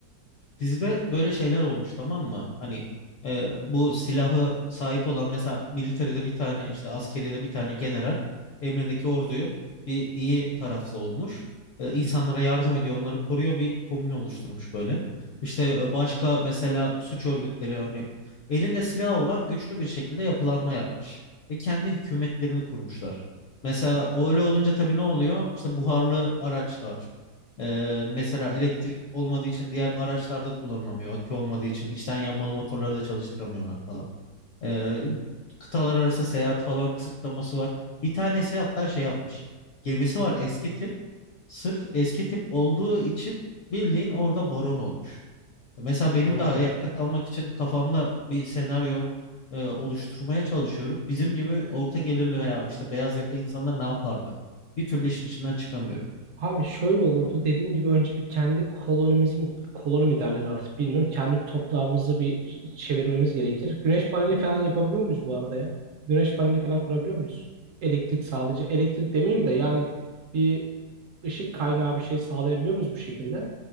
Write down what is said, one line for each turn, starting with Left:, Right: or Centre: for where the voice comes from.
Left: Dizide böyle şeyler olmuş tamam mı? Hani e, bu silahı sahip olan mesela militeride bir tane işte askeriyede bir tane general emrindeki orduyu bir iyi tarafta olmuş. E, insanlara yardım ediyor, onları koruyor, bir komün oluşturmuş böyle. İşte e, başka mesela suç örgütleri hani elinde silahı olan güçlü bir şekilde yapılanma yapmış ve kendi hükümetlerini kurmuşlar. Mesela öyle olunca tabii ne oluyor? İşte buharlı araçlar, ee, mesela elektrik olmadığı için diğer araçlarda kullanılamıyor. Akü olmadığı için içten yanmalı motorları da çalıştıramıyorlar falan. Ee, kıtalar arası seyahat falan kısıtlaması var. Bir tanesi hatta şey yapmış. Gemisi var eski tip. Sırf eski tip olduğu için bildiğin orada baron olmuş. Mesela benim
Right: Hmm.
Left: de ayakta kalmak için kafamda bir senaryo e, oluşturmaya çalışıyorum. Bizim gibi orta gelirli veya işte beyaz yakalı insanlar ne yapardı? Bir türlü işin içinden çıkamıyorum.
Right: Abi şöyle olurdu dediğin gibi önce bir kendi kolonimiz mi koloni mi derler artık bilmiyorum. Kendi bir toprağımızı bir çevirmemiz gerekir. Güneş paneli falan yapabiliyor muyuz bu arada ya? Güneş paneli falan kurabiliyor muyuz? Elektrik sağlayıcı elektrik demeyeyim de yani bir ışık kaynağı bir şey sağlayabiliyor muyuz bu şekilde?